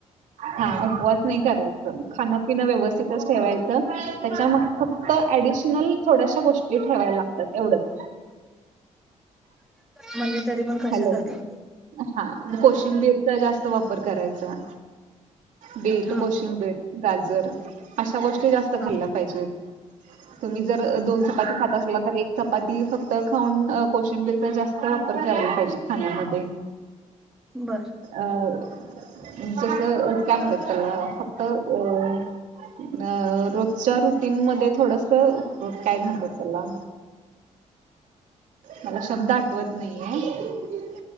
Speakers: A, on the right; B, in the centre.
A: हा उपवास नई करायचं खाणपिन व्यवस्थितच ठेवायचं त्याच्या मध्ये फक्त ऍडिशनल थोड्याश्या गोष्टी ठेवायला लागतात एवढच
B: म्हणजे तरी पण कशासारखं
A: हॅलो हा कोशिंबीरचा जास्त वापर करायचा. बीट
B: हा
A: कोशिंबीर गाजर अशा गोष्टी जास्त
B: हा
A: खाल्ल्या पाहिजेत. तुम्ही जर दोन चपाती
B: बर
A: खात असला तर एक चपाती फक्त खाऊन कोशिंबीरचा जास्त वापर करायला पाहिजे खाण्यामध्ये
B: बर
A: अं जस कामतात त्याला फक्त अ अ रोजच्या रुटीन मध्ये थोडस काय म्हणतात त्याला मला शब्द आठवत नाहीये